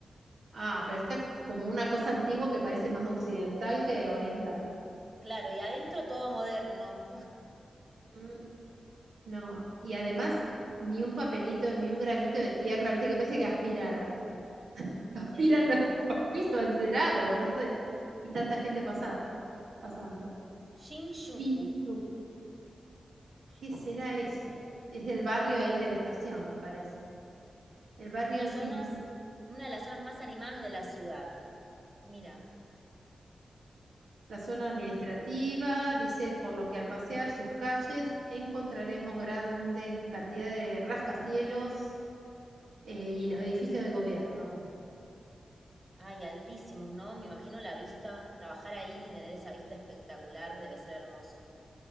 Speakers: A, on the right; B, on the right.
A: Ah, pero está como una cosa antigua que parece más occidental que oriental.
B: Claro, y adentro todo moderno.
A: Mm, No, y además ni un papelito, ni un gramito de tierra, ¿viste? Que parece que aspiraran. <laughs> Aspiran
B: Sí.
A: los, los pisos encerados, no sé. Y tanta gente pasado, pasando.
B: Shinjuku,
A: Chinchú, ¿qué será eso? Es del barrio ahí de la estación, me parece. El barrio
B: una zonas,
A: Chinchú,
B: una de las zonas más animadas de la ciudad. Mira.
A: la zona administrativa, dice, por lo que al pasear sus calles encontraremos grandes cantidades de rascacielos eh, y los edificios de gobierno.
B: Ay, altísimos, ¿no? Me imagino la vista, trabajar ahí y tener esa vista espectacular debe ser hermoso.